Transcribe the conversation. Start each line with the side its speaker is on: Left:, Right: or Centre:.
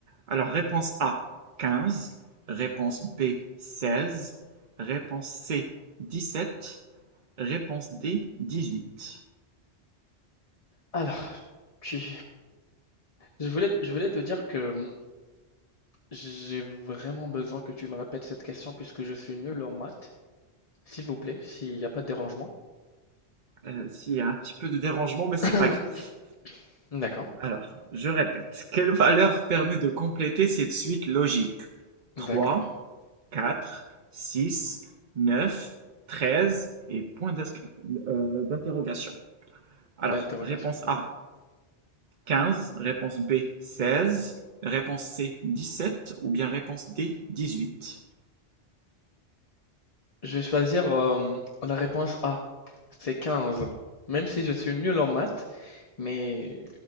Right: Alors, réponse A, 15. réponse B, 16. réponse C, 17. réponse D, 18.
Left: Alors, tu- je voulais, je voulais te dire que j'ai vraiment besoin que tu me répètes cette question puisque je suis nul en maths. S'il vous plaît, s'il n'y a pas de dérangement.
Right: Euh, s'il y a un petit peu de dérangement, mais c'est
Left: <coughs>
Right: pas grave.
Left: D'accord,
Right: Alors, je répète, quelle valeur permet de compléter cette suite logique? Trois,
Left: d'accord.
Right: 4, 6, 9, 13 et point euh, d'interrogation. Alors,
Left: D'interrogation,
Right: réponse
Left: c'est
Right: A,
Left: ça.
Right: 15, réponse B, 16, réponse C, 17 ou bien réponse D, 18.
Left: Je vais choisir, hem, la réponse A, c'est 15. Même si je suis nul en maths, mais